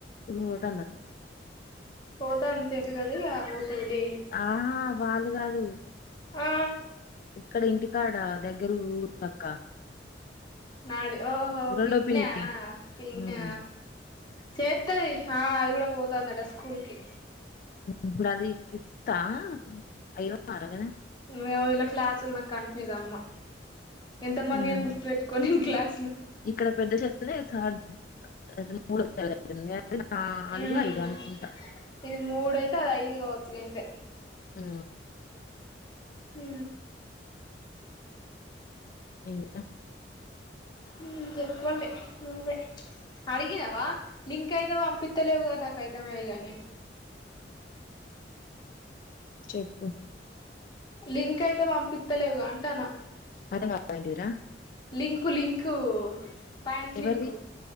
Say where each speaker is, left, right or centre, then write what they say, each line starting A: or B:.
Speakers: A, on the left; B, on the left.
A: హోటల్
B: పోతే లేదు కదా ఇంకా మొత్తం డైలీ
A: ఆహా బాలు కాదు
B: ఆ
A: ఇక్కడ ఇంటికాడ దగ్గర ఊరు పక్క
B: నాడి ఓహో
A: రెండో
B: పిన్నా
A: పిన్ని
B: పిన్నా
A: ఉమ్
B: చేతది ఆ అది కూడా పోతాందట స్కూల్కి
A: ఇప్పుడు అది ఫిఫ్తా అయ్యో అరగనా
B: ఏమో ఇలా క్లాసులు నాకు కన్ఫ్యూజ్ అమ్మా ఎంత మంది
A: ఉమ్
B: అని గుర్తుపె కొన్ని క్లాస్లు
A: ఇక్కడ పెద్ద చె థర్డ్ మూడు చెల్లె న నాలుగు
B: ఉమ్
A: ఐదు అనుకుంటా
B: ఇది మూడుయితే అది ఐదు కావచ్చు గంతే
A: ఆ
B: ఆ
A: ఇంకా
B: ఉమ్మ్ చెప్పండి నువ్వే అడిగినవా, లింక్ అయితే పంపితేలేవ్ గా నాకైతా మాయేగని
A: చెప్పు
B: లింకైతే పంపిత్తలేవ్ గా అంటాన్నా
A: అర్ధంగాలే ఏంటిదిరా
B: లింకు, లింకు ప్యాంట్
A: ఎవర్ది,
B: లింకు